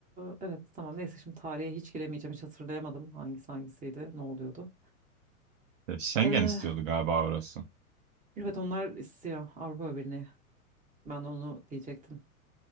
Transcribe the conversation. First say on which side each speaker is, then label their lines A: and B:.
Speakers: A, on the right; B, on the right.
A: e, evet tamam neyse şimdi tarihe hiç giremeyeceğim hiç hatırlayamadım hangisi hangisiydi ne oluyordu.
B: e, Schengen
A: Eh,
B: istiyordu galiba orası.
A: evet onlar istiyor Avrupa Birliği. Ben de onu diyecektim.